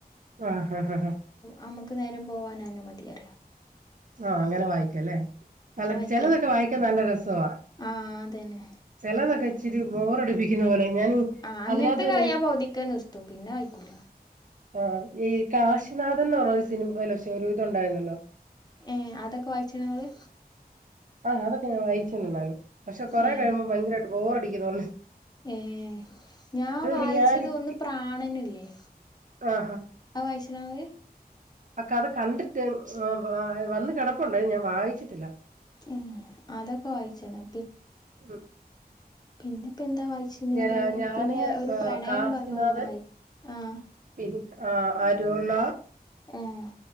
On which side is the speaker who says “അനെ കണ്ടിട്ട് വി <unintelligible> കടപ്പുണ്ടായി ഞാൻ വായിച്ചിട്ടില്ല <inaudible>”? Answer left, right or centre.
Right